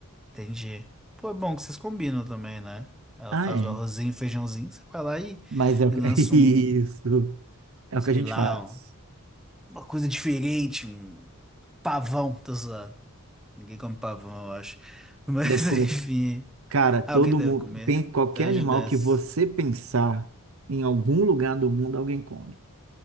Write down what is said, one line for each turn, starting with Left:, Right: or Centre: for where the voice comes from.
Centre: Entendi. Pô, é bom que vocês combinam também, né? Ela
Right: Ah,
Centre: faz
Right: é.
Centre: o arrozinho, feijãozinho, você vai lá e,
Right: Mas é o que-
Centre: e lança
Right: <laughs>
Centre: um,
Right: isso, é o
Centre: sei
Right: que a gente
Centre: lá,
Right: faz.
Centre: um- uma coisa diferente, um pavão, tô zoando. Ninguém come pavão, eu acho. Mas
Right: Deve comer.
Centre: <laughs> enfim,
Right: Cara, todo
Centre: Ah, alguém deve
Right: mundo,
Centre: comer.
Right: bem, qualquer
Centre: 10
Right: animal
Centre: de 10.
Right: que você pensar em algum lugar do mundo, alguém come.